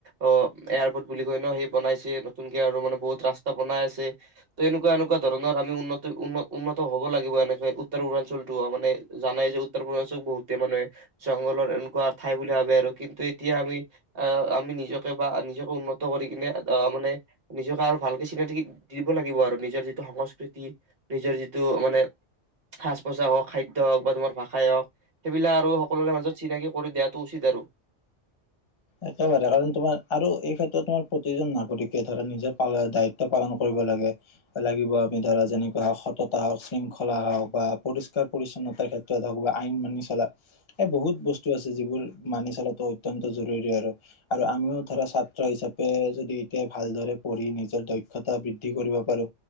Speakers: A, on the right; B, on the left.
A: অ এয়াৰপৰ্ট বুলি কয় ন সেই বনাইছে, নতুনকে আৰু মানে বহুত ৰাস্তা বনাই আছে। ত এনেকুৱা এনেকুৱা ধৰণৰ আমি উন্নত উন্ন উন্নত হব লাগিব এনেকে উত্তৰ পূৰ্বাঞ্চলটো মানে জানাই যে উত্তৰ পূৰ্বাঞ্চল বহুতে মানুহে জংঘলৰ এনেকুৱা ঠাই বুলি ভাবে আৰু কিন্তু এতিয়া আমি আহ আমি নিজকে বা নিজকে উন্নত কৰি কিনে আহ মানে নিজকে আৰু ভালকে চিনাক লাগিব আৰু নিজৰ যিটো সংস্কৃতি নিজৰ যিটো মানে সাজ পোছাক হওক খাদ্য হওঁক বা তোমাৰ ভাষাই হওক সেইবিলাক আৰু সকলোৰে মাজত চিনাকি কৰি দিয়াটো উচিত আৰু
B: একেবাৰে কাৰণ তোমাৰ আৰু এই ক্ষেত্ৰত তোমাৰ প্ৰতিজন নাগৰিকে ধৰা নিজৰাল দায়িত্ব পালন কৰিব লাগে লাগিব আমি ধৰা যেনেকুৱা হওক সততা হওক শৃংখলা হওক বা পৰিষ্কাৰ পৰিছন্নতাৰ ক্ষেত্ৰত হওঁক বা আইন মানি চলা এই বহুত বস্তু আছে যিবোৰ মানি চলাটো অত্যন্ত জ আৰু আৰু আমিও ধৰা ছাত্ৰ হিচাপে যদি এতিয়া ভালদৰে পঢ়ি নিজৰ দক্ষতা বৃদ্ধি কৰিব পাৰো